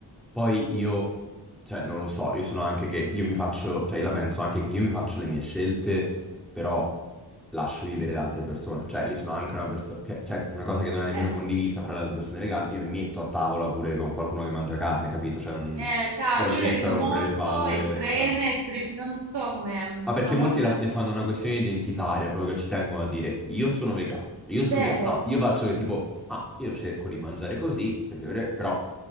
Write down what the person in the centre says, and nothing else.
Poi io, cioè, non lo so, io sono anche che io mi faccio, cioè, io la penso anche che io mi faccio le mie scelte, però lascio vivere le altre persone. Cioè, io sono anche una persona, cioè, una cosa che non è nemmeno
condivisa fra le altre persone vegane, io mi metto a tavola pure con qualcuno che mangia carne, capito? Cioè, non...
ora
mi metto
a rompere
le palle,
cioè...
Ah,
perché
molti
la-
ne fanno una questione identitaria, proprio ci tengono a dire io sono vegano, io
sono vegano. No, io faccio che tipo, ah, io cerco di mangiare così, perché per- però